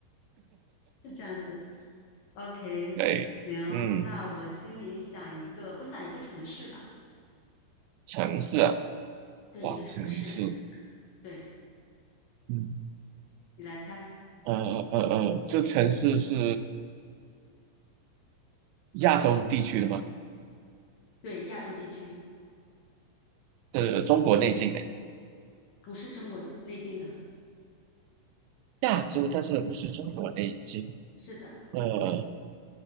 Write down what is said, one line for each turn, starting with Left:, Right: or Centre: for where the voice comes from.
Left: 是这样子。OK，
Right: 哎，
Left: 行，
Right: 嗯，
Left: 那我心里想一个，我想一个城市吧，
Right: 城市啊，
Left: 对，
Right: 哇，
Left: 一个城市，
Right: 城市，
Left: 对，
Right: 嗯
Left: 你来猜，
Right: 呃呃呃，这城市是。亚洲地区的吗？
Left: 对，亚洲地区，
Right: 是中国内境的
Left: 不是中国内地的，
Right: 亚洲，但是不是中国内境？
Left: 是的，
Right: 呃，